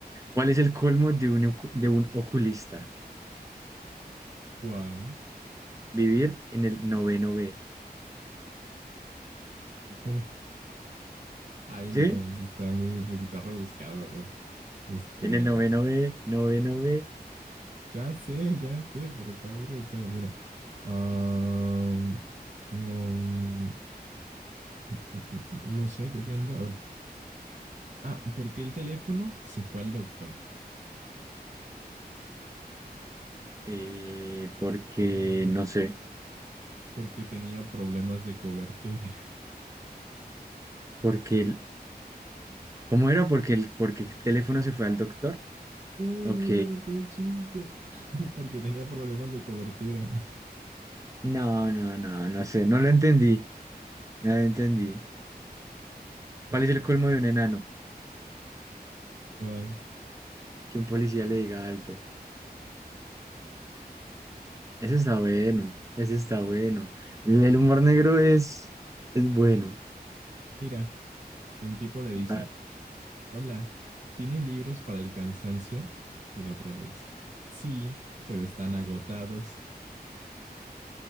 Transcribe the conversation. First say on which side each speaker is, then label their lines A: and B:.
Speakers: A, on the right; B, on the right.
A: ¿Cuál es el colmo de un, ocu- de un oculista?
B: ¿Cuál?
A: vivir en el noveno B.
B: ¿Cómo? Ay, no,
A: ¿Sí?
B: eso está muy un poquito rebuscado. A ver, este,
A: En el noveno B, noveno B,
B: ya sé, ya sé, pero está muy rebuscado. Mira, am, am, mm, mm, mm, no sé, creo que no. A ver, ah, ¿por qué el teléfono se fue al doctor?
A: eh, porque no sé,
B: porque tenía problemas de cobertura. <laughs>
A: porque el, ¿cómo era? Porque el, porque el teléfono se fue al doctor.
B: No,
A: Ok.
B: no, ya no tiene chiste. <laughs> porque tenía problemas de cobertura.
A: No, no, no, no sé, no lo entendí. No lo entendí. ¿Cuál
B: <laughs>
A: es el colmo de un enano?
B: ¿Cuál?
A: Que un policía le diga alto. Ese está bueno, ese está bueno. El, el humor negro es, es bueno.
B: Mira, un tipo le dice,
A: Ah,
B: hola, ¿tiene libros para el cansancio? Y el otro le dice, sí, pero están agotados.